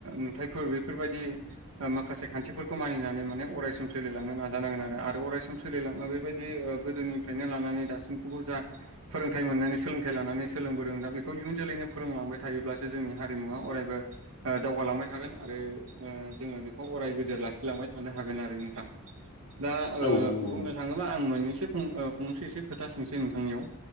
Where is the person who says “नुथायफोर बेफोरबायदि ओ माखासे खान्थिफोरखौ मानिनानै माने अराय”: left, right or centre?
Right